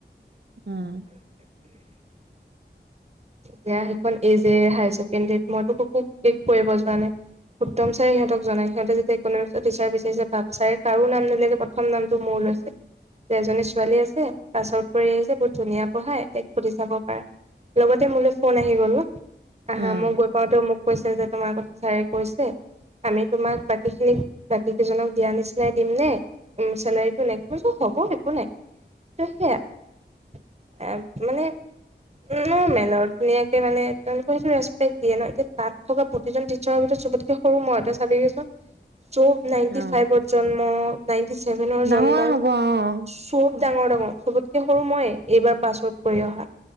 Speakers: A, on the right; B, on the right.
A: উম।
B: তিয়া সেইখন এ জে হায় ছেকেণ্ডৰীত মইতো কৰিব যোৱা নাই। উত্তম ছাৰে সিহঁতক জনায়, সিহঁতে যদি ইকনমিক্সৰ টিচাৰ বিচাৰিছে ছাৰে দিয়া শেষ হ'ল এই যে হায়াৰ চেকেণ্ডেৰীত মই টো কা'কো ঠিক কৰিব <unintelligible> যোৱা নাই। উত্তম ছাৰে সিহঁতক জনাই সিহঁতে যে নাম নিলেগে প্ৰথম নামটো মোৰ লৈছে যে এজনী ছোৱালী আছে পাছ আউট কৰি আহিছে বহুত ধুনীয়া পঢ়াই তক সুধি চাব পাৰ লগতে মোলৈ ফোন আহি গ'ল ন। আহা
A: উম,
B: মই গৈ পাওঁতেও মোক।। কৈছে যে তোমাৰ কথা ছাৰে কৈছে। আমি তোমাক বাকী খিনিক বাকী কেইজনক দিয়া নিচিনাই দিম নে? উ চেলাৰীটো নে হব একো নাই ত সেয়া। মানে। উম মোৰ মেনত নি ধুনীয়াকে মানে তেক সেইটো ৰেচপেক্ট দিয়ে ন, এতিয়া তাত থকা প্ৰতিজন টিচাৰৰ ভিতৰত চবতকে সৰু মই তই চাবিগে চোন। চব নাইনটি
A: অ',
B: ফাইভত জন্ম নাইনটি ছেভেনৰ
A: ডাঙৰে
B: জন্ম
A: হ'ব অ',
B: চব ডাঙৰ ডাঙৰ চবতকে সৰু মইয়ে এইবাৰ।। পাছত কৰি অহা।